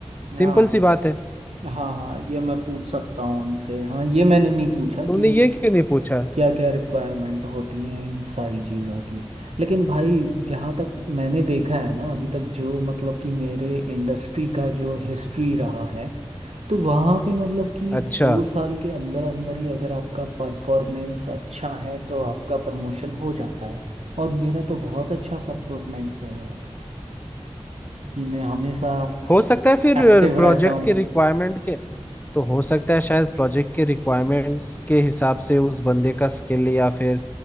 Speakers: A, on the left; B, on the right.
A: सिंपल
B: हाँ
A: सी बात है
B: हाँ हाँ ये मैं पूछ सकता हूँ उनसे हाँ ये मैंने नहीं पूछा
A: तुमने
B: कि
A: ये क्यों नहीं पूछा
B: क्या क्या रिक्वायरमेंट होती हैं इन सारी चीज़ों की लेकिन भाई जहाँ तक मैंने देखा है ना अभी तक जो मतलब कि मेरे इंडस्ट्री का जो हिस्ट्री रहा है तो वहाँ पे मतलब कि
A: अच्छा
B: दो साल के अंदर अंदर ही अगर आपका परफॉर्मेंस अच्छा है तो आपका प्रमोशन हो जाता है और मेरा तो बहुत अच्छा परफॉर्मेंस है यार कि मैं हमेशा
A: हो सकता है फिर
B: एक्टिव
A: प्रोजेक्ट
B: रहता हूँ
A: के रिक्वायरमेंट के तो हो सकता है शायद प्रोजेक्ट के रिक्वायरमेंट्स के हिसाब से उस बंदे का स्किल या फिर